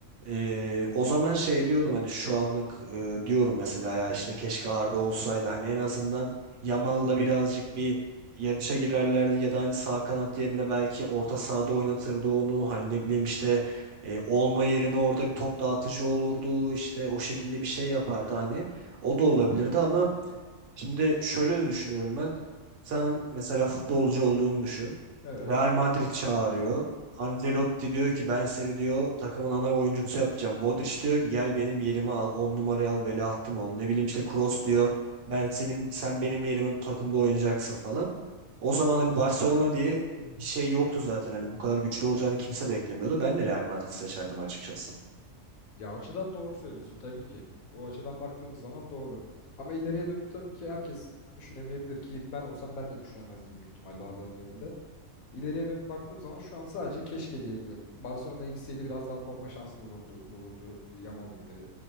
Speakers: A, on the right; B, on the left.
A: e, o zaman şey diyordum hani şu anlık e, diyorum mesela ya işte keşke Arda olsaydı hani en azından Yamal'la birazcık bir yarışa girerlerdi ya da hani sağ kanat yerine belki orta sahada oynatırdı onu hani ne bileyim işte e, olma yerine orada bir top dağıtıcı olurdu işte o şekilde bir şey yapardı hani o da olabilirdi ama Şimdi şöyle de düşünüyorum ben. Senin mesela futbolcu olduğunu düşün.
B: Evet.
A: Real Madrid çağırıyor. Ancelotti diyor ki ben seni diyor takımın ana oyuncusu yapacağım. Modric diyor ki gel benim yerimi al. 10 numarayı al veliahtım ol. Ne bileyim işte Kroos diyor. Ben senin sen benim yerime bu takımda oynayacaksın falan. O zaman hani Barcelona diye bir şey yoktu zaten. Hani bu kadar güçlü olacağını kimse beklemiyordu. Ben de Real Madrid seçerdim açıkçası.
B: Ya açıdan doğru söylüyorsun tabii ki. O açıdan baktığımız zaman doğru. Ama ileriye dönük tabii ki herkes düşünemeyebilir ki ben olsam ben de düşünemezdim büyük ihtimalle Arda'nın yerinde. İleriye dönüp baktığım zaman şu an sadece keşke diyebiliyorum. Barcelona'ya gitseydi biraz daha forma şansı bulundu, bulurdu. Yamal gibi